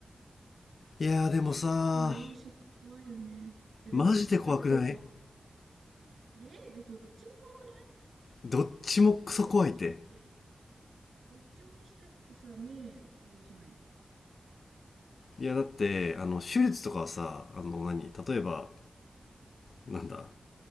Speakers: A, on the left; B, on the right.
A: いやーでもさ
B: もレーシック怖いよね。
A: ー
B: え、でも削るのも怖
A: マジで怖くない
B: い。レーでどっちも怖くない
A: どっちもクソ怖いって。
B: だってどっちにしたって、どっちもにしてってさ、目、あれじゃん。
A: いやだって、あの、手術とかはさ、あの何、例えば、なんだ、